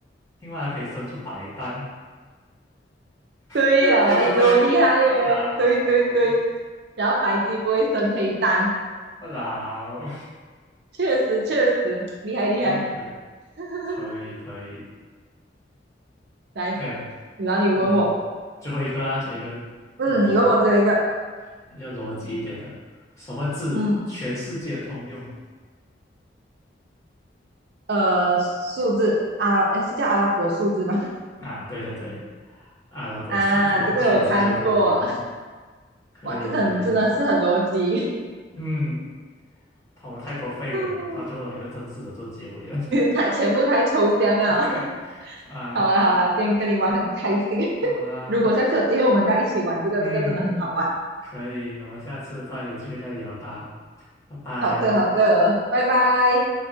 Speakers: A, on the left; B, on the right.
A: 青蛙可以生出白蛋，
B: 对呀、
A: <laughs> 对不对？
B: 啊哎呦厉害耶！
A: 我老，
B: 对对对，然后白鸡不会生黑蛋，
A: 我老
B: 确实确实厉害厉害。
A: <laughs>，OK，
B: <laughs>
A: 可以可以
B: 来，
A: ，OK 啊，
B: 然后你问我，
A: 问题最后一个啦，这个问题
B: 嗯，你问我最后一个，
A: 要逻辑一点的，什么字全世界通用？
B: 嗯，呃，数字啊，诶是叫阿拉伯数字吧？
A: 啊，对对对，阿拉伯数字全世界通用，
B: 啊，这个我看过，
A: 可以可以，
B: 哇，这个很真的是很逻辑，
A: 嗯，他们太多废的了，
B: <laughs>
A: 到最后来个正式的做结尾了
B: 太全部太抽象啊。
A: <laughs>
B: <laughs>
A: ，OK，啊，
B: 好啦好啦，今天跟你玩很开心，
A: 好啦，
B: 如果下次有机会我们再一起玩这个，
A: 嗯。
B: 这个真的很好玩。
A: 可以，我们下次再有机会再聊吧，拜拜。
B: 好的好的，拜拜。